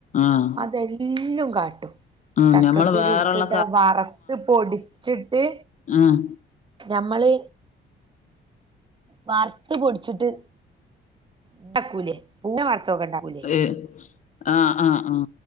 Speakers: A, on the left (about 40°); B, on the right (about 25°).
A: ആഹ്
B: അതെല്ലാം കാട്ടും
A: ഉം
B: ചക്കക്കുരു
A: ഞമ്മള് വേറെള്ള
B: എടുത്തിട്ട് അവ് വറുത്ത് പൊടിച്ചിട്ട്
A: ഉം
B: ഞമ്മള് വാർത്ത പൊടിച്ചിട്ട് ഉണ്ടാക്കൂലേ പുന്നെ വാർത്തൊക്കെ ഉണ്ടാക്കൂല
A: ഹ് ആഹ ആഹ് ആഹ